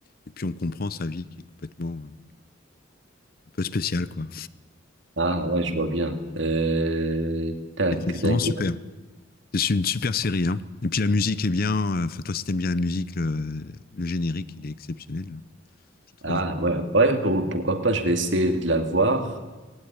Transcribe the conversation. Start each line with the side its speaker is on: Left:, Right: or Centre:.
Left: Et puis, on comprend sa vie qui est complètement euh, un peu spéciale, quoi.
Right: Ah ouais, je vois bien. Euh, tac,
Left: Et c'est
Right: d'ailleurs.
Left: vraiment super. C'est une super série, hein. Et puis, la musique est bien. euh, Enfin, toi, si t'aimes bien la musique, le, le générique, il est exceptionnel, je trouve.
Right: Ah ouais, ouais, ou- pourquoi pas, je vais essayer de la voir.